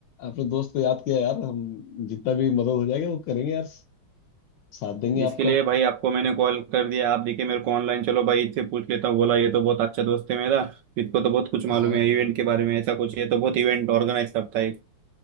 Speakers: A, on the left; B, on the right.
A: अपने दोस्त को याद किया यार हम जितना भी मदद हो जाएगा वो करेंगे यार साथ देंगे
B: इसके
A: आपका
B: लिए भाई आपको मैंने कॉल कर दिया आप देखे मेरे को ऑनलाइन चलो भाई इससे पूछ लेता हूँ बोला ये तो बहुत अच्छा दोस्त है मेरा इसको तो बहुत कुछ मालूम
A: हाँ
B: है इवेंट के बारे में ऐसा कुछ ये तो बहुत इवेंट ऑर्गेनाइज करता है